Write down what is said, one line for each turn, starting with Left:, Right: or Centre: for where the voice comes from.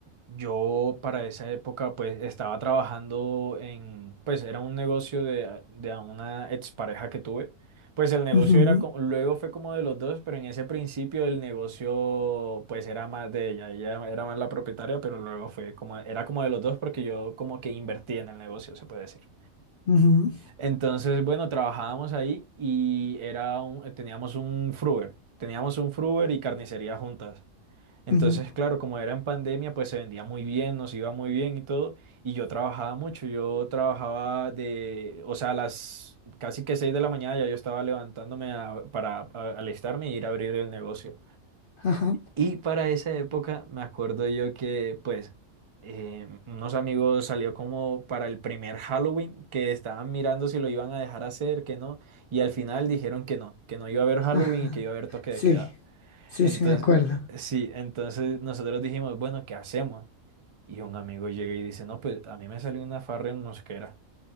Right: yo para esa época pues estaba trabajando en, pues era un negocio de, de a una expareja que tuve. Pues el negocio
Left: Ujú,
Right: era, co- luego fue como de los dos, pero en ese principio el negocio pues era más de ella, ella era más la propietaria, pero luego fue como, era como de los dos porque yo como que invertí en el negocio, se puede decir.
Left: ujú,
Right: Entonces, bueno, trabajábamos ahí y era un- eh, teníamos un fruver, teníamos un fruver y carnicería juntas. Entonces,
Left: ujú.
Right: claro, como era en pandemia, pues se vendía muy bien, nos iba muy bien y todo. Y yo trabajaba mucho, yo trabajaba de, o sea, a las casi que seis de la mañana ya yo estaba levantándome a- para a- alistarme y ir a abrir el negocio.
Left: Ajá,
Right: Y para esa época me acuerdo yo que pues eh, unos amigos salió como para el primer Halloween que estaban mirando si lo iban a dejar hacer, que no, y al final dijeron que no, que no iba a haber Halloween
Left: ajá.
Right: y que iba a haber toque
Left: Sí,
Right: de queda.
Left: sí,
Right: Entonces,
Left: sí, me acuerdo.
Right: sí, entonces nosotros dijimos, bueno, ¿qué hacemos? Y un amigo llega y dice, no, pues a mí me salió una farra en Mosquera,